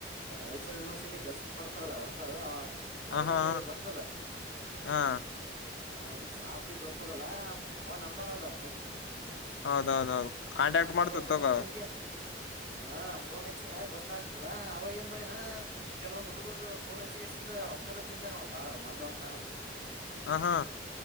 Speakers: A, on the right (about 40°); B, on the left (about 80°).
A: ರಾಯಚೂರ್ ಯೂನಿವರ್ಸಿಟಿ ಕೆಲ್ಸ ಮಾಡ್ತಾರಲ್ಲ ಅವ್ರ ಅವನಿಗೆ
B: ಹ ಹಾ ಹಾ
A: ಗೊತ್ತದ
B: ಹಾ
A: ಹ ಅವ್ನಿಗೆ ಸ್ಟಾಪಿಗೆ ಗೊತ್ತದಲ್ಲ ಅವನ ನಂಬರ್ ಅದ ಅವ್ನದಿ
B: ಹೌದೌದೌದು ಕಾಂಟ್ಯಾಕ್ಟ್ ಮಾಡ್ತ
A: ಕೆಲವೊಂದ್ ಹುಡುಗರು
B: ತಗ
A: ಹಿಂಗೆ ಹಾ ಫೋನ್ ಹಚ್ಚಿದ್ರ ಗೊತ್ತಾಗ್ತದ ಅವಾಗ ಏನ್ ಮಾಡೇನಾ ಕೆಲವೊ್ ಹುಡುಗರ್ದು ಫೋನ್ ಹಚ್ಚ ಹಚ್ಚಿಿಗೆಸಿಂದ ರೊಕ್ಕನ ತಿಂದ ನಾವವು ಬಾಳ ಮಲ್ಲು ಅಂತ ಅನಲ್
B: ಹ ಹಾ